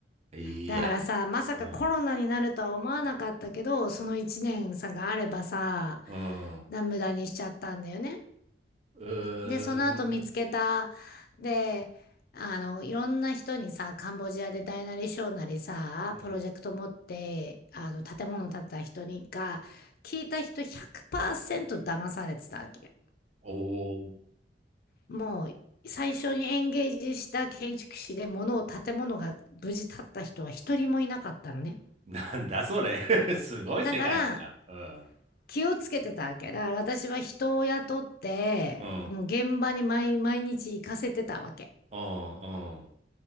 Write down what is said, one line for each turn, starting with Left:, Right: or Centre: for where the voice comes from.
Right: いや、
Left: だからさ、まさかコロナになるとは思わなかったけど、
Right: うん、
Left: その1年さがあればさ、
Right: うん、う
Left: な無駄にしちゃったんだよね。
Right: ー
Left: で、その後見つけた。
Right: ん、
Left: で、あの、いろんな人にさ、カンボジアで大なり小なりさ、
Right: うん、
Left: プロジェクト持って、あの、建物建てた人にが、聞いた人100%騙されてたわけ。
Right: おー、
Left: もう、最初にエンゲージした建築士で物を、建物が無事建った人は一人もいなかったのね。
Right: なんだそれ。<laughs> すごい世界だな。
Left: だから、
Right: う
Left: 気をつけてたわけ。だから私は人を雇って、
Right: ん、うん、
Left: もう現場に毎、毎日行かせてたわけ。
Right: うん、